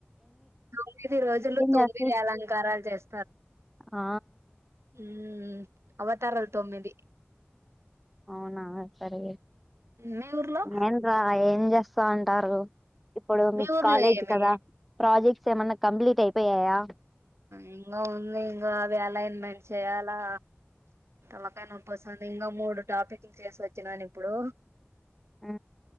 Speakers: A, on the right (about 85°); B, in the centre.
A: తొమ్మిది రోజులు తొమ్మిది
B: చేసి
A: అలంకారాలు చేస్తారు
B: ఆ
A: ఉ అవతారలు తొమ్మిది
B: అవునా సరి
A: మీ ఊర్లో
B: ఏను రా ఏం చేస్తా అంటారు ఇప్పుడు
A: మీ
B: మీకు
A: ఊర్లో
B: కాలేజ్
A: ఏమి
B: కదా ప్రాజెక్ట్స్ ఏమన్నా కంప్లీట్ అయిపోయాయా
A: ఇంకా ఉంది ఇంకా అవి అలా ఇన్మెంట్ చేయాలా తలకా నప్పస్తుంది ఇంకా మూడు టాపిక్లు తీసుొచ్చినాను ఇప్పుడు
B: ఆ